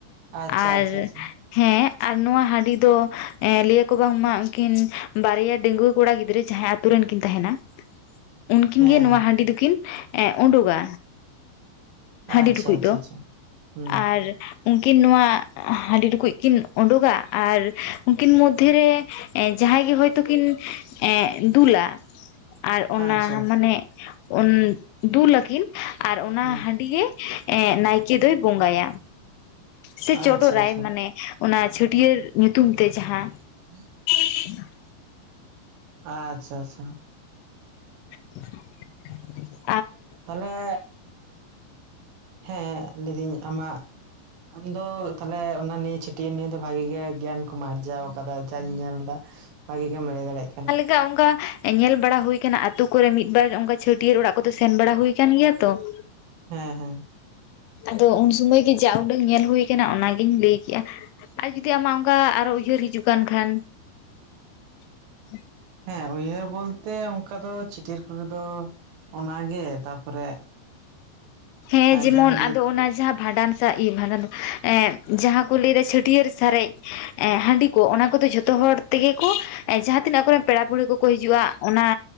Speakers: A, on the right (about 60°); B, on the left (about 85°).
A: ᱟᱪᱪᱷᱟ
B: ᱟᱨ
A: ᱟᱪᱪᱷᱟ ᱟᱪᱪᱷᱟ
B: ᱦᱮᱸ ᱟᱨ ᱱᱚᱣᱟ ᱦᱟᱺᱰᱤ ᱫᱚ ᱮᱸ ᱞᱟᱹᱭᱟᱠᱚ ᱵᱟᱝᱢᱟ ᱩᱱᱠᱤᱱ ᱵᱟᱨᱭᱟ ᱰᱟᱺᱜᱩᱣᱟᱹ ᱠᱚᱲᱟ ᱜᱤᱫᱽᱨᱟᱹ ᱡᱟᱦᱟᱸᱭ ᱟᱛᱩ ᱨᱮᱱ ᱠᱤᱱ ᱛᱟᱦᱮᱱᱟ ᱩᱱᱠᱤᱱ
A: ᱦᱮᱸ
B: ᱜᱮ ᱱᱚᱣᱟ
A: ᱦᱮᱸ
B: ᱦᱟᱺᱰᱤ ᱫᱚᱠᱤᱱ ᱮ ᱩᱰᱩᱜᱟ ᱦᱟᱺᱰᱤ
A: ᱟᱪᱪᱷᱟ
B: ᱴᱩᱠᱩᱡ
A: ᱟᱪᱪᱷᱟ
B: ᱫᱚ
A: ᱟᱪᱪᱷᱟ ᱦᱩᱸ
B: ᱟᱨ ᱩᱱᱠᱤᱱ ᱱᱚᱣᱟ ᱦᱟᱺᱰᱤ ᱴᱩᱠᱩᱡ ᱠᱤᱱ ᱩᱰᱩᱠᱟ ᱟᱨ ᱩᱱᱠᱤᱱ ᱢᱚᱫᱽᱫᱷᱮ ᱨᱮ ᱮᱸ ᱡᱟᱦᱟᱸᱭ ᱜᱮ ᱦᱳᱭᱛᱚ ᱠᱤᱱ ᱮᱸᱜ ᱫᱩᱞᱟ ᱟᱨ ᱚᱱᱟ
A: ᱟᱪᱪᱷᱟ
B: ᱢᱟᱱᱮ ᱚᱱ ᱫᱩᱞᱟᱠᱤᱱ ᱟᱨ ᱚᱱᱟ
A: ᱦᱩᱸ
B: ᱦᱟᱺᱰᱤ ᱜᱮ ᱮᱸᱜ ᱱᱟᱭᱠᱮ ᱫᱚᱭ ᱵᱚᱸᱜᱟᱭᱟ ᱥᱮ ᱪᱚᱰᱚᱨ
A: ᱟᱪᱪᱷᱟ
B: ᱨᱟᱭ
A: ᱟᱪᱪᱷᱟ
B: ᱢᱟᱱᱮ ᱚᱱᱟ ᱪᱷᱟᱹᱴᱭᱟᱹᱨ ᱧᱩᱛᱩᱢ ᱛᱮ ᱡᱟᱦᱟᱸ
A: <inaudible>
B: <inaudible>
A: ᱟᱪᱪᱷᱟ ᱟᱪᱪᱷᱟ
B: <inaudible>
A: ᱛᱟᱞᱦᱮ ᱦᱮᱸ ᱞᱟᱹᱭᱫᱤᱧ ᱟᱢᱟᱜ ᱟᱢᱫᱚ ᱛᱟᱦᱞᱮ ᱚᱱᱟ ᱱᱤᱭᱮᱹ ᱪᱷᱟᱹᱴᱭᱟᱹᱨ ᱱᱤᱭᱮᱹ ᱫᱚ ᱵᱷᱟᱜᱤ ᱜᱮ ᱜᱮᱭᱟᱱ ᱠᱚᱢ ᱟᱨᱡᱟᱣ ᱠᱟᱫᱟ ᱡᱟᱧ ᱧᱮᱞ ᱫᱟ᱾ ᱵᱷᱟᱹᱜᱤ ᱜᱮᱢ ᱞᱟᱹᱭ ᱫᱟᱲᱮᱜ ᱠᱟᱱᱟ ᱾
B: ᱠᱟ ᱚᱱᱠᱟ ᱧᱮᱞ ᱵᱟᱲᱟ ᱦᱩᱭ ᱟᱠᱟᱱᱟ, ᱟᱛᱳ ᱠᱚᱨᱮ ᱢᱤᱫ ᱵᱟᱨ ᱚᱱᱠᱟ ᱪᱷᱟᱹᱴᱭᱟᱹᱨ ᱚᱲᱟᱜ ᱠᱚᱫᱚ ᱥᱮᱱ ᱵᱟᱲᱟ ᱦᱩᱭ ᱟᱠᱟᱱ ᱜᱮᱭᱟ ᱛᱚ᱾ <inaudible>
A: ᱦᱮᱸ ᱦᱮᱸ᱾
B: ᱟᱫᱚ ᱩᱱ ᱥᱩᱢᱩᱭ ᱜᱮ ᱡᱟ ᱩᱰᱟᱹᱝ ᱧᱮᱞ ᱦᱩᱭ ᱟᱠᱟᱱᱟ ᱚᱱᱟ ᱜᱤᱧ ᱞᱟᱹᱭ ᱠᱮᱜᱼᱟ᱾ ᱟᱨ ᱡᱩᱫᱤ ᱟᱢᱟᱜ ᱚᱱᱠᱟ ᱟᱨᱚ ᱩᱭᱦᱟᱹᱨ ᱦᱤᱡᱩᱜ ᱠᱟᱱ ᱠᱷᱟᱱ <inaudible>
A: ᱦᱮᱸ ᱩᱭᱦᱟᱹᱨ ᱵᱳᱞᱛᱮ ᱚᱝᱠᱟ ᱫᱚ ᱪᱷᱟᱹᱴᱭᱟᱹᱨ ᱠᱚ ᱨᱮᱫᱚ ᱚᱱᱟ ᱜᱮ ᱛᱟᱯᱚᱨᱮ
B: ᱦᱮᱸ ᱡᱮᱢᱚᱱ
A: ᱡᱟᱦᱟᱸᱢ ᱞᱟᱹᱭ
B: ᱟᱫᱚ ᱚᱱᱟ ᱡᱟᱦᱟᱸ ᱵᱷᱟᱸᱰᱟᱱ ᱥᱟ ᱤᱭᱟᱹ ᱵᱷᱟᱸᱰᱟᱱ ᱫᱚ ᱮᱸ ᱡᱟᱦᱟᱸ ᱠᱚ ᱞᱟᱹᱭ ᱫᱟ ᱪᱷᱟᱹᱴᱭᱟᱹᱨ ᱥᱟᱨᱮᱡ ᱮᱸ ᱦᱟᱺᱰᱤ ᱠᱚ, ᱚᱱᱟ ᱠᱚᱫᱚ ᱡᱷᱚᱛᱚ ᱦᱚᱲ ᱛᱮᱜᱮ ᱠᱚ ᱮᱸ ᱡᱟᱦᱟᱸ ᱛᱤᱱᱟᱹᱜ ᱟᱠᱚ ᱨᱮᱱ ᱯᱮᱲᱟ ᱯᱟᱹᱲᱦᱟᱹ ᱠᱚᱠᱚ ᱦᱤᱡᱩᱜᱼᱟ ᱚᱱᱟ